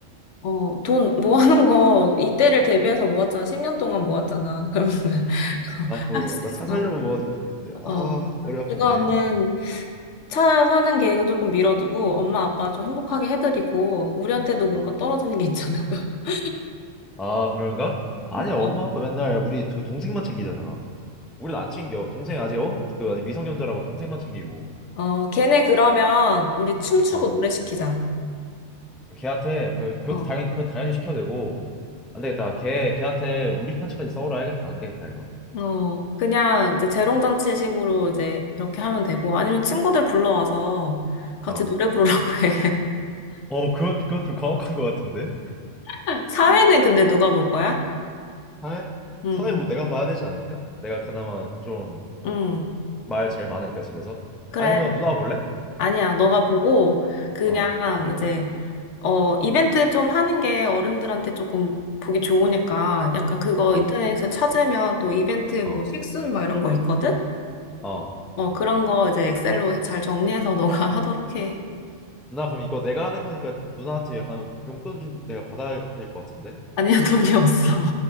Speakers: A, on the left; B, in the centre.
A: 어, 돈 모아놓은 거, 이때를 대비해서 모았잖아. 10년 동안 모았잖아. 그럼, <laughs>
B: 나 그거
A: 할 수
B: 나
A: 있어.
B: 차 살려고 모아둔 돈인데 아
A: 어.
B: 머리 아프네.
A: 이거는 차 사는 계획은 조금 미뤄두고, 엄마, 아빠 좀 행복하게 해드리고, 우리한테도 뭔가
B: 어.
A: 떨어지는 게 있잖아. <laughs>
B: 아, 그런가? 아니야, 엄마
A: 어,
B: 아빠 맨날 우리 두 동생만 챙기잖아. 우린 안 챙겨. 동생 아직 어? 그 아직 미성년자라고 동생만 챙기고.
A: 어, 걔네 그러면 우리 춤추고
B: 어.
A: 노래 시키자.
B: 걔한테 그 그것도
A: 어.
B: 당연히 그건 당연히 시켜야 되고. 안 되겠다. 걔 걔한테 우리 편차까지 써오라 해야겠다. 안 되겠다, 이거.
A: 어, 그냥 이제 재롱잔치식으로 이제 그렇게 하면 되고, 아니면 친구들 불러와서 같이
B: 어.
A: 노래 부르라고 해.
B: 어, 그건 그건 좀 가혹한 것 같은데.
A: <laughs> 사회는 근데 누가 볼 거야?
B: 사회?
A: 응,
B: 사회
A: 응,
B: 뭐 내가 봐야 되지 않을까? 내가 그나마 좀
A: 응.
B: 말 제일 많으니까 집에서.
A: 그래.
B: 아니면 누나가 볼래?
A: 아니야. 너가 보고, 그냥
B: 어.
A: 이제, 어, 이벤트 좀 하는 게 어른들한테 조금 보기 좋으니까, 약간 그거
B: 어.
A: 인터넷에서 찾으면 또 이벤트
B: 어.
A: 뭐 식순 막 이런 거 있거든?
B: 어.
A: 어, 그런 거 이제 엑셀로 잘 정리해서 너가 <laughs> 하도록 해.
B: 누나 그럼 이거 내가 하는 거니까 누나한테 약간 용돈 좀 내가 받아야 될 것 같은데?
A: 아니야, 돈이 없어.